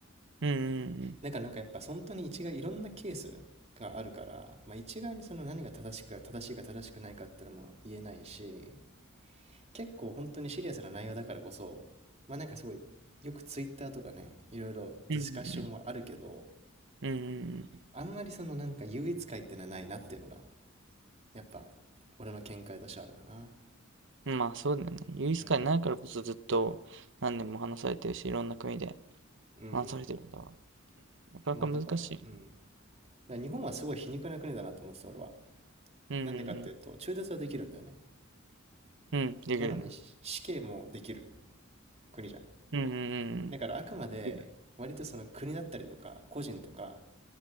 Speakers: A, on the right (about 65°); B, on the right (about 30°).
A: うん、うん、
B: だからなんかやっぱ本当に一概いろんなケースがあるから、まあ、一概にその何が正しく正しいか正しくないかってのも言えないし、結構本当にシリアスな内容だからこそ、まあなんかすごいよくツイッターとかね、いろいろディスカッションはあるけど、
A: うん、うん、うん、うん、うんうん、
B: あんまりそのなんか優越感ってのはないなっていうのがやっぱ、俺の見解としてあるかな。
A: うんまあ、そうだよね。優越感ないからこそずっと何年も話されてるし、
B: うん。
A: いろんな国で
B: うん。
A: 話されてるんだわ。なかなか難しいよね。
B: まあ、だから、うん。だから日本はすごい皮肉な国だなと思ってた、俺は。
A: うん、
B: なんでかっていうと、中絶はできるんだよね。
A: うんうん、うん、できるね。
B: なのに、し死刑もできる国じゃん。
A: うんうんうん
B: だから、あくまで、
A: できる
B: 割とその国だったりとか、個人とか、